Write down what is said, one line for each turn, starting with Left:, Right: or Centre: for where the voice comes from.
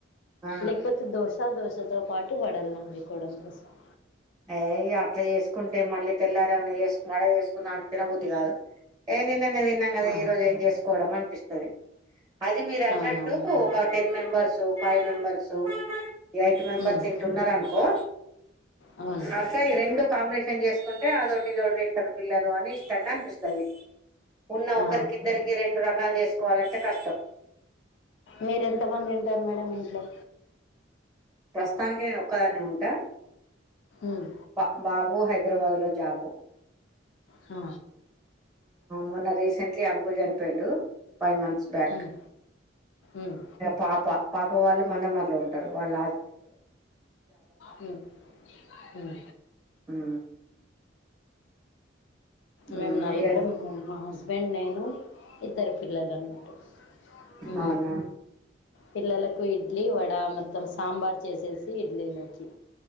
Right: ఆ
Left: లేకపోతే దోశ దోశతో పాటు వడలు తో పాటు చేసుకోవడం
Right: ఏ అట్లా చేసుకోకుంటే మళ్ళీ తెల్లారి ఏమన్నా వడ చేసుకుందా అంటే తినబుద్ధి కాదు ఏ నిన్న నీన్న తిన్నాం కదా
Left: ఆ,
Right: ఈ రోజు ఏం చేసుకోవడం అనిపిస్తుంది అది మీరు అన్నట్టు
Left: అవునవును
Right: ఒక ten members five members eight మెంబర్స్
Left: ఉమ్
Right: ఇంట ఉన్నరు అనుకో
Left: అవును
Right: అసలు ఈ రెండు కాంబినేషన్ షన్ చేసుకుంటే అదోటి ఇదోటి తింటారు పిల్లలు అని ఇష్టంగా అనిపిస్తాయి ఉన్న
Left: ఆ
Right: ఒక్కరికిద్దరికి రెండు రకాలు చేసుకోవాలంటే కష్టం
Left: మీరు ఎంత మంది ఉంటారు మేడం ఇంట్లో
Right: ప్రస్తుతానికి నేను ఒక్కదాన్ని ఉంటా
Left: ఉమ్
Right: బాబా బాబు హైదరాబాద్ లో జాబు
Left: ఆ
Right: మొన్న రీసెంట్లీ అంకుల్ చనిపోయిండు ఫైవ్ మంత్స్ బ్యాక్
Left: ఉమ్ ఉమ్
Right: పాప పాప వాళ్ళు మందమరిలో ఉంటారు వాళ్ళు
Left: ఉ ఉ
Right: ఉమ్ ఉమ్
Left: మేము నలుగురం
Right: ఇగ
Left: మా హస్బెండ్ నేను ఇద్దరు పిల్లలు అన్నట్టు ఉ
Right: అవునా
Left: పిల్లలకు ఇడ్లీ వడ మొత్తం సాంబార్ చేసేసి ఇడ్లీలోకి